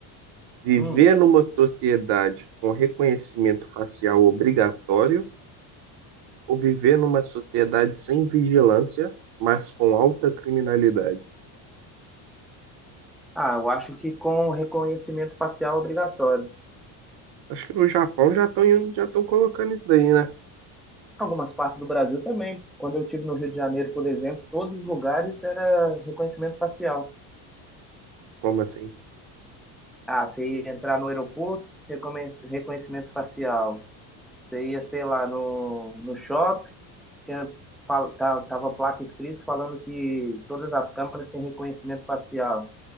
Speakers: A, on the right; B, in the centre.
A: Viver
B: Hum.
A: numa sociedade com reconhecimento facial obrigatório ou viver numa sociedade sem vigilância, mas com alta criminalidade?
B: Ah, eu acho que com reconhecimento facial obrigatório.
A: Acho que no Japão já estão já estão colocando isso daí, né?
B: Algumas partes do Brasil também. Quando eu estive no Rio de Janeiro, por exemplo, todos os lugares era reconhecimento facial.
A: Como assim?
B: Ah, você ia entrar no aeroporto, reconhe- reconhecimento facial. Você ia, sei lá, no, no shopping, tinha, fal- ta- tava placa escrito falando que todas as câmeras têm reconhecimento facial.